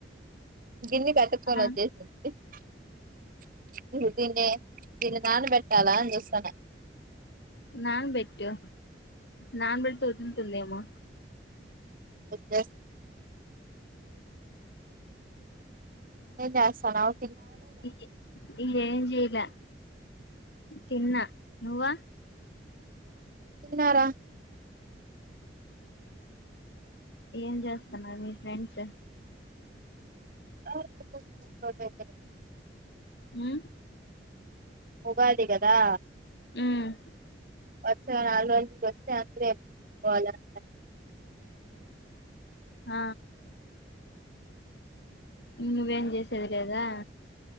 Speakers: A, on the right; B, on the left.
A: గిన్నెకతుక్కొని
B: ఆ
A: ఒచ్చేసింది తే నాన పెట్టాలా అని చూస్తాన
B: నాన్ బెట్టు నాన్ బట్తె ఒదుల్తుందేమొ
A: ఓకే ఏ చేస్తానవ్
B: ఈ ఇ ఏం చైలే తిన్నా నువ్వా
A: తిన్నారా
B: ఏం చేస్తున్నారు మీ ఫ్రెండ్స్
A: అ
B: మ్
A: ఉగాది గదా
B: మ్
A: వత్స నాలు వస్తే అంద్రే పోల <inaudible>
B: ఆ నువేం చేసేదిలేదా